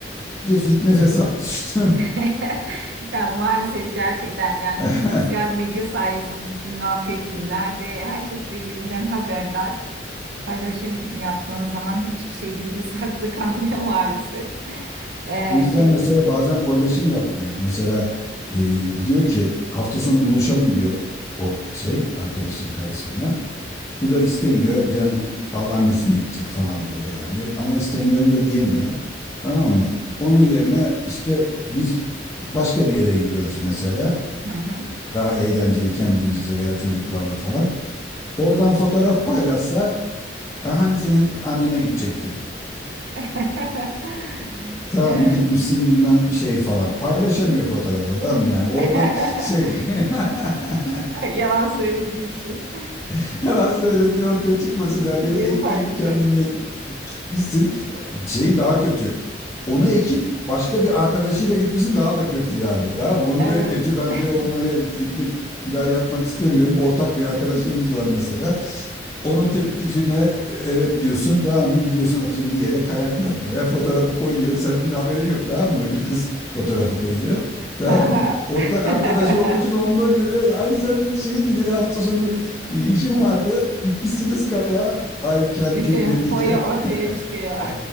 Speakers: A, on the left; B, on the right.
A: diyor fitne fesat düştü.
B: <laughs> Ya maalesef gerçekten yani
A: <laughs>
B: bu sosyal medya sayesinde kim ne yapıyor, kim nerede, herkes birbirinden haberdar. Paylaşım yaptığın zaman hiçbir şey gizli saklı kalmıyor <laughs> maalesef. Ee,
A: O yüzden
B: ki
A: mesela bazen paylaşım yapmıyor. Mesela e, diyor ki hafta sonu buluşalım diyor o şey arkadaşın karısı buna. Bu da istemiyor. Can, al annesine gidecek falan böyle yani. Ama istemiyorum da diyemiyor. Tamam mı? Onun yerine işte biz başka bir yere gidiyoruz mesela.
B: hı hı.
A: Daha eğlenceli kendimizce veya çocuklarla falan. Oradan fotoğraf paylaşsa "Ha, hani senin annene gidecektin.
B: <laughs>
A: Tamam
B: Evet.
A: mı gitmişsin bilmem şey falan. Paylaşamıyor fotoğrafı tamam mı yani. Oradan
B: <laughs>
A: şey <laughs>
B: Yalan söylediği için
A: <laughs> Yalan söylediği ortaya çıkmasın ya.
B: benim
A: Beni ektin
B: paylaşıyorum.
A: kendinle gitmişsin. Şey daha kötü. Onu ekip başka bir arkadaşıyla gitmesi daha da kötü yani. Tamam mı? Onu
B: Evet.
A: reddediyor.
B: <laughs>
A: Ben diyor onunla git- gitmek bir daha yapmak istemiyorum. Ortak bir arkadaşınız var mesela. Onun teklifine e, evet diyorsun tamam mı gidiyorsun atıyorum bir yere kayak yapmaya fotoğrafı koyuyor. Senin de haberin yok tamam mı? Öbür kız fotoğrafı koyuyor. Tamam
B: Ha
A: mı?
B: ha.
A: Ortak
B: <laughs>
A: arkadaşı olduğu için onu da görüyor. Yani sen şey dedi hafta sonu e, İşim vardı. Gitmişsiniz kaya. Ay
B: Bütün
A: kem küm ne
B: foya
A: diyeceğim. <laughs>
B: ortaya çıkıyor.
A: E,